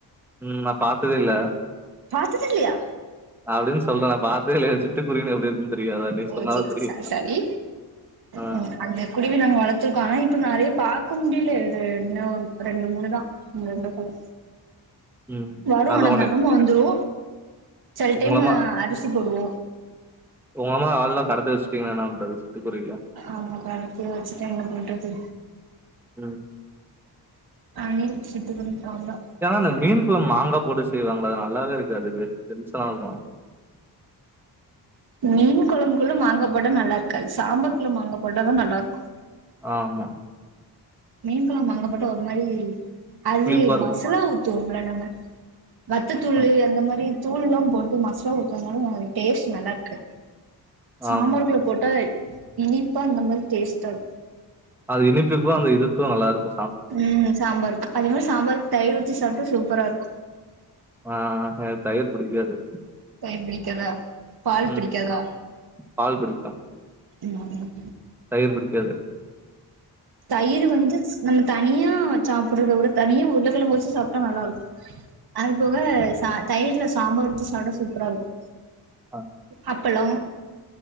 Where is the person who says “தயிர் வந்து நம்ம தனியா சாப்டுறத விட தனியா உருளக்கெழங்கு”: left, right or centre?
Right